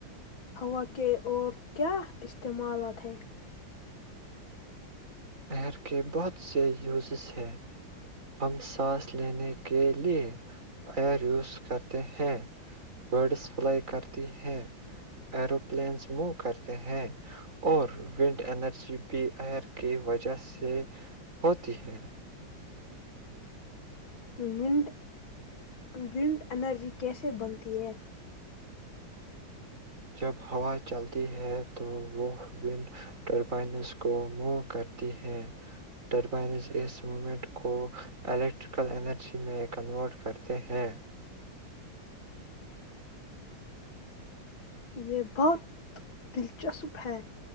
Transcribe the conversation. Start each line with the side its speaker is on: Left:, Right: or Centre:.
Left: ہوا کے اور کیا استعمالات ہیں
Right: ایئر کے بہت سے یوزز ہیں ہم سانس لینے کے لیے ایئر یوز کرتے ہیں برڈس فلائی کرتی ہیں اروپلینس مو کرتے ہیں اور ونڈ انرجی بھی ایئر کی وجہ سے ہوتی ہے
Left: ونڈ ونڈ انرجی کیسے بنتی ہے
Right: جب ہوا چلتی ہے تو وہ ون ٹربائنز کو موو کرتی ہے ٹربائنز اس موومنٹ کو الیکٹریکل انرجی میں کنورٹ کرتے ہیں
Left: یہ بہت دلچسپ ہے